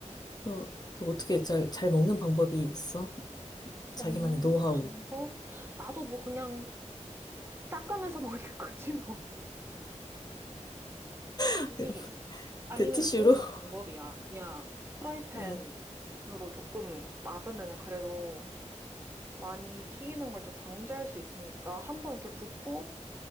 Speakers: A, on the left (about 35°); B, on the right (about 20°).
A: 어, 저 어떻게 잘, 잘 먹는 방법이 있어? 자기만의
B: 먹는
A: 노하우.
B: 방법? 나도 뭐 그냥 닦으면서 <laughs> 먹는 거지 뭐.
A: <laughs>
B: 이 아니면
A: 그 티슈로?
B: 그것도
A: <laughs>
B: 방법이야. 그냥 프라이팬으로
A: 어.
B: 조금 막으면은 그래도 많이 튀기는 걸 좀 방지할 수 있으니까 한번 이렇게 굽고